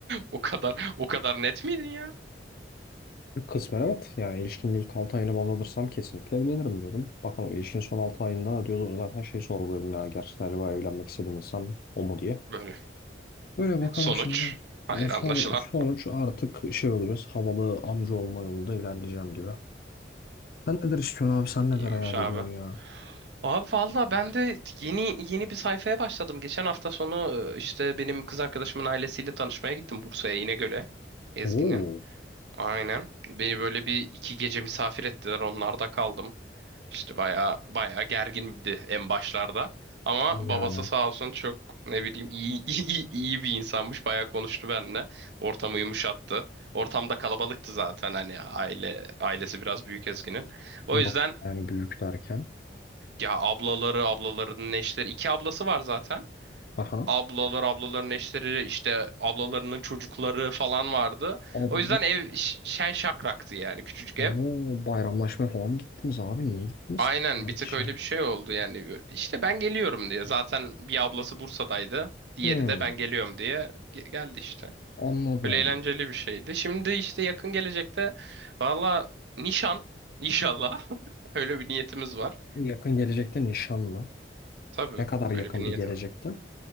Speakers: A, on the right; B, on the left.
A: O kadar o kadar net miydin ya?
B: Kısmen evet. Yani ilişkinin ilk 6 ayını baz alırsam kesinlikle evlenirim diyordum. Bakalım ilişkinin son 6 ayında diyordu zaten şey sorguluyordum ya. Gerçekten acaba evlenmek istediğim insan o mu diye.
A: Böyle.
B: Böyle bakalım
A: Sonuç.
B: şimdi.
A: Hayır
B: E, son,
A: anlaşılan.
B: sonuç artık şey olacağız. Havalı amca olma yolunda ilerleyeceğim gibi. Sen neler istiyorsun abi? Sen neler
A: İyiymiş
B: hayal
A: abi.
B: ediyorsun ya?
A: Abi valla ben de yeni yeni bir sayfaya başladım. Geçen hafta sonu e, işte benim kız arkadaşımın ailesiyle tanışmaya gittim Bursa'ya İnegöl'e. Ezgi'nin.
B: Oo.
A: Aynen. Beni böyle bir iki gece misafir ettiler. Onlarda kaldım. İşte bayağı bayağı gergindi en başlarda. Ama
B: Yani
A: babası sağ olsun çok ne bileyim iyi, <laughs> iyi, iyi bir insanmış. Bayağı konuştu benimle. Ortamı yumuşattı. Ortamda kalabalıktı zaten hani aile ailesi biraz büyük Ezgi'nin. O
B: nasıl
A: yüzden
B: yani büyük derken?
A: ya ablaları, ablalarının eşleri, iki ablası var zaten.
B: Aha.
A: Ablalar, ablaların eşleri, işte ablalarının çocukları falan vardı.
B: Abo.
A: O yüzden ev ş- şen şakraktı yani küçücük
B: Abo.
A: ev.
B: Bayramlaşma falan mı gittiniz abi? Niye gittiniz
A: Aynen
B: ki bu kadar
A: bir tık
B: kişi?
A: öyle bir şey oldu yani işte ben geliyorum diye zaten bir ablası Bursa'daydı diğeri
B: Hmm,
A: de ben geliyorum diye ge- geldi işte
B: anladım.
A: öyle eğlenceli bir şeydi şimdi işte yakın gelecekte valla nişan inşallah <laughs> öyle bir niyetimiz var
B: Yakın gelecekte nişan mı?
A: tabii
B: Ne kadar yakın
A: öyle bir niyetim
B: bir gelecekte?